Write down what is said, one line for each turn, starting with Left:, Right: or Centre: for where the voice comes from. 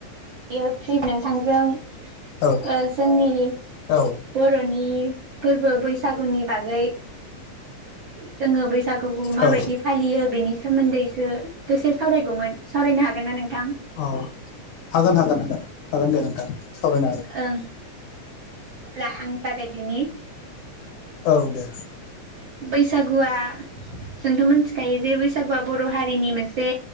Right: बियो फ्रि नोंथांजों ओ
Left: औ
Right: जोंनि
Left: औ
Right: बर'नि फोरबो बैसागुनि बागै जोङो बैसागुखौ माबायदि
Left: औ
Right: फालियो बेनि सोमोन्दैसो दसे सावरायगौमोन सावरायनो हागोन ना नोंथां
Left: अ हागोन हागोन हागोन हागोन दे नोंथां सावरायनो हागोन
Right: ओं अब्ला आं जागायदिनि
Left: औ दे
Right: बैसागुआ जोंथ' मोनथिखायो जे बैसागुआ बर' हारिनि मोनसे